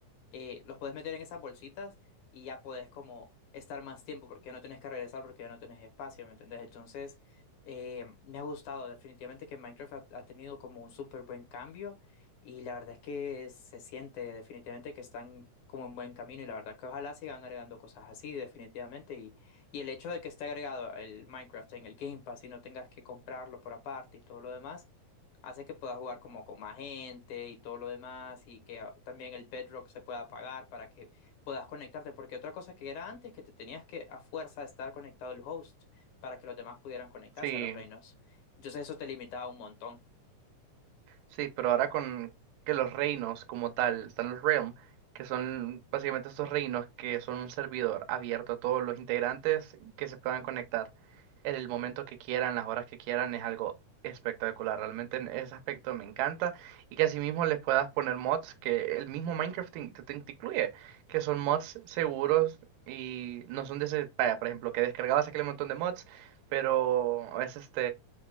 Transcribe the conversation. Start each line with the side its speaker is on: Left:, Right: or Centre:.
Left: eh, los puedes meter en esas bolsitas y ya podés como estar más tiempo porque ya no tenés que regresar porque ya no tenés espacio, ¿me entendés? Entonces, eh, me ha gustado definitivamente que Minecraft ha, ha tenido como un súper buen cambio y la verdad es que se siente definitivamente que están como en buen camino y la verdad que ojalá sigan agregando cosas así definitivamente y, y el hecho de que esté agregado el Minecraft en el Game Pass y no tengas que comprarlo por aparte y todo lo demás hace que puedas jugar como con más gente y todo lo demás y que ah, también el Bedrock se pueda apagar para que puedas conectarte, porque otra cosa que era antes que te tenías que a fuerza estar conectado al host para que los demás pudieran conectarse
Right: Sí,
Left: a los reinos. Entonces eso te limitaba un montón.
Right: Sí, pero ahora con que los reinos como tal, están los Realm, que son básicamente estos reinos que son un servidor abierto a todos los integrantes que se puedan conectar en el momento que quieran, las horas que quieran, es algo espectacular. Realmente en ese aspecto me encanta y que asimismo les puedas poner mods que el mismo Minecraft te, te- te incluye, que son mods seguros y no son de ese, vaya, por ejemplo, que descargabas aquel montón de mods, pero a veces